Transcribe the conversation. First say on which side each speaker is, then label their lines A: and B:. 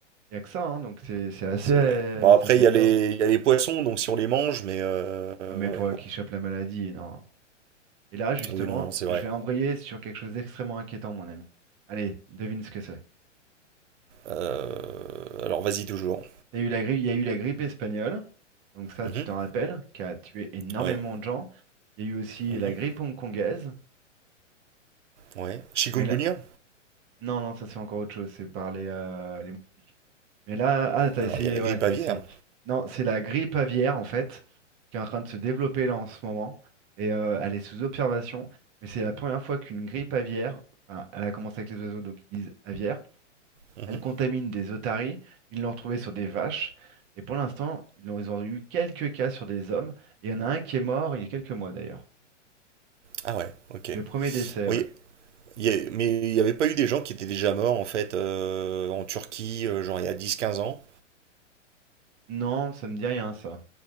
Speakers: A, on the right; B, on the right.
A: Il n'y a que ça, hein, donc c'est c'est assez.
B: C'est vrai. Bon, après,
A: Ça fait
B: il y
A: peur.
B: a les, il y a les poissons, donc si on les mange, mais. euh, euh,
A: Ah, mais pour
B: ouais,
A: euh,
B: bon.
A: qui chope la maladie, non. Et là, justement,
B: Oui, non, non, c'est vrai.
A: je vais embrayer sur quelque chose d'extrêmement inquiétant, mon ami. Allez, devine ce que c'est.
B: Euh, alors, vas-y, toujours.
A: T'as eu la grippe, il y a eu la grippe espagnole, donc ça,
B: Mhm.
A: tu t'en rappelles, qui a tué énormément
B: Ouais.
A: de gens. Il y a eu aussi
B: Mhm.
A: la grippe hongkongaise,
B: Ouais. Chikungunya?
A: mais là, non, non, ça c'est encore autre chose, c'est par les, euh, les moustiques. Mais là, ah, t'as
B: Alors,
A: essayé,
B: il y a la grippe
A: ouais, t'as
B: aviaire.
A: essayé. Non, c'est la grippe aviaire, en fait, qui est en train de se développer là en ce moment. Et euh, elle est sous observation. Mais c'est la première fois qu'une grippe aviaire, enfin, elle a commencé avec les oiseaux, donc ils disent aviaire,
B: Mhm.
A: elle contamine des otaries. Ils l'ont retrouvée sur des vaches. Et pour l'instant, ils ont, ils ont eu quelques cas sur des hommes. Et il y en a un qui est mort il y a quelques mois d'ailleurs.
B: Ah, ouais, ok.
A: Le premier décès,
B: Oui,
A: ouais.
B: Il y a- mais il n'y avait pas eu des gens qui étaient déjà morts en fait euh, en Turquie, euh, genre il y a dix quinze ans.
A: Non, ça me dit rien, ça.